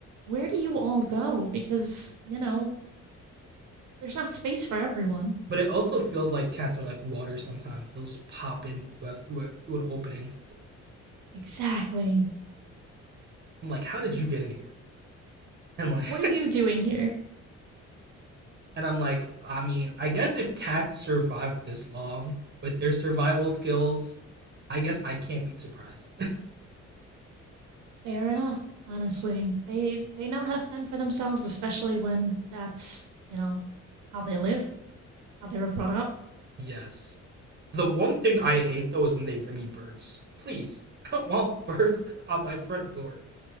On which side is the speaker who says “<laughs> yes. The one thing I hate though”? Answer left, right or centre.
Right